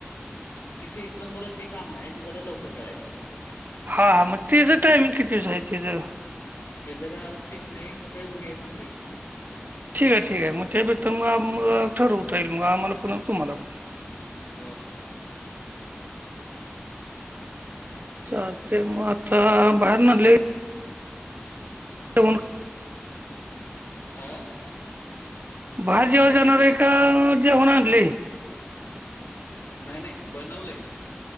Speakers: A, on the left; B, on the right.
A: तिथे इस्लामपुरात जे काम आहे ते जरा लवकर करायचंय दुसरं काही नाही.
B: हा हा मग तिचं टायमिंग कितीच आहे तिचं
A: तेचं काय अजून फिक्स नाही सकाळी बघू सांगतय तुम्हाला
B: ठीक आहे ठीक आहे मग त्याबेतर मग ठरवता येईल मग आम्हाला पण तुम्हाला पण
A: हो.
B: चालत मग आता बाहेरण
A: चालतंय
B: आणलेलं. <unintelligible> आ
A: हा
B: बाहेर जेवायला
A: काय ते
B: जाणारे का. का जेवण आणलंय.
A: नाही नाही बनवलंय.